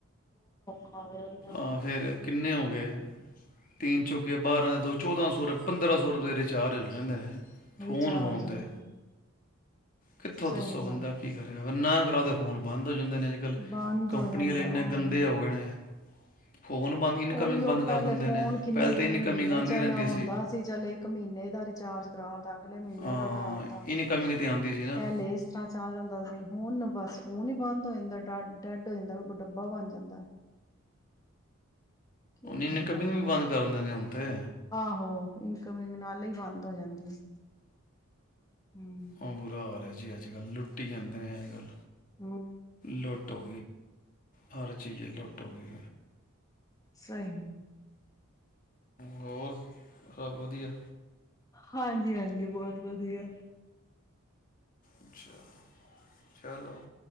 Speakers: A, on the left; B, on the left.
A: ਹੋਰ
B: ਆ ਫਿਰ ਕਿੰਨੇ ਹੋਗੇ? ਤਿਨ, ਚੌਂਕੇ ਬਾਰਾਂ, ਦੋ, ਚੋਦਾਸੋਂ, ਪੰਦ ਪੰਦਰਾਂ ਸੌ, ਰੁਪੇ ਦਾ ਰਿਚਾਰਜ ਹੋ ਜਾਂਦੇ ਫੋਨ-
A: ਰਿਚਾਰਜ
B: ਫੋਨ ਤੇ।
A: ਹੋ ਜਾਂਦਾ
B: ਕਿੱਥੋਂ
A: ਸਹੀ
B: ਦੱਸੋ ਬੰਦਾ
A: ਗੱਲ
B: ਕੀ ਕਰੇਗਾ? ਨਾ, ਕਰਾਓ ਤੇ, ਫੋਨ ਬੰਦ। ਪਤਾ ਜਾਂਦੇ ਨੇ, ਅੱਜ-ਕੱਲ
A: ਬੰਦ
B: ਕੰਪਨੀ
A: ਹੋ ਜਾਂਦਾ
B: ਵਾਲੇ ਇੰਨੇ
A: ਉਹੀ
B: ਗੰਦੇ ਉ ਗਏ ਨੇ। ਫੋਨ ਬੰਦ ਇਨਕਮਿੰਗ
A: ਉਹੀ, ਉਹ,
B: ਬੰਦ ਕਰ
A: ਪਹਿਲੇ
B: ਦਿੰਦੇ
A: ਫੋਨ
B: ਨੇ
A: ਕਿੰਨੇ-ਕਿੰਨੇ
B: ਪਹਿਲ ਤੇ ਇਨਕਮਿੰਗ
A: ਮਹੀਨੇ
B: ਆਂਦੀ
A: ਚਲ
B: ਰਹਿੰਦੀ
A: ਆਉਂਦਾ ਸੀ। ਚੱਲ ਇੱਕ ਮਹੀਨੇ ਦਾ ਰਿਚਾਰਜ ਕਰਾ ਤ ਪੈਲੇ ਮਹੀਨੇ
B: ਹਾਂ
A: ਉਹਦਾ ਕਰਾ ਤਾ,
B: ਇਨਕਮਿੰਗ ਤੇ ਆਂਦੀ ਸੀ ਨਾ
A: ਪਹਿਲੇ ਇਸ ਤਰ੍ਹਾਂ ਚੱਲ ਜਾਂਦਾ ਸੀ, ਹੁਣ ਬਸ ਫੋਨ ਈ ਬੰਦ। ਇੰਦਰ ਡਾਟ ਡੈਡ ਹੋ ਜਾਂਦਾ ਵੀ, ਕੋਈ ਡੱਬਾ ਬਣ ਜਾਂਦਾ। ਕੀ ਕਰੇ
B: ਇਨਕਮਿੰਗ
A: ਬੰਦਾ
B: ਵੀ ਬੰਦ ਕਰ ਦਿੰਦੇ ਹੂਣ ਤੇ।
A: ਆਹੋ। ਇਨਕਮਿੰਗ ਨਾਲ ਹੀ ਬੰਦ ਹੋ ਜਾਂਦੀ। ਹੂੰ
B: ਉਹ ਬੁਰਾ ਹਾਲ ਹੈ ਜੀ, ਅੱਜ-ਕੱਲ ਲੁੱਟੀ ਜਾਂਦੇ ਨੇ ਅੱਜ- ਕੱਲ।
A: ਹੂੰ
B: ਲੁੱਟ ਹੋ ਹਰ ਚੀਜ਼ ਲੁੱਟੋਗੀ।
A: ਸਹੀ
B: ਹੋਰ, ਸਭ ਵਧੀਆ?
A: ਹਾਂਜੀ- ਹਾਂਜੀ ਬਹੁਤ ਵਧੀਆ।
B: ਅੱਛਾ। ਚਲੋ,